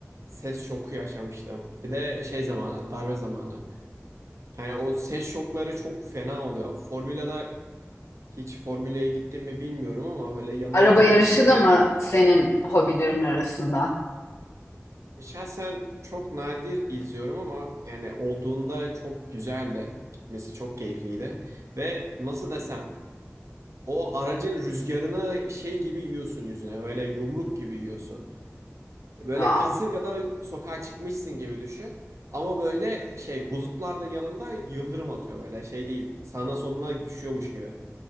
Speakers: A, on the right; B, on the left.
A: ses şoku yaşamıştım. Bir de şey zamanı, darbe zamanı. Yani o ses şokları çok fena oluyor. Formula'da hiç Formula'ya gittim mi bilmiyorum ama böyle yanından
B: Araba yarışı
A: geçtikleri
B: da mı senin hobilerin arasında?
A: şahsen çok nadir izliyorum ama yani olduğunda çok güzeldi. Gitmesi çok keyifliydi. Ve nasıl desem o aracın rüzgarını şey gibi yiyorsun yüzüne. Böyle yumruk gibi yiyorsun. Böyle
B: Wow.
A: kasırgada sokağa çıkmışsın gibi düşün. Ama böyle şey bulutlar da yanında yıldırım atıyor böyle şey değil. Sağına soluna düşüyormuş gibi.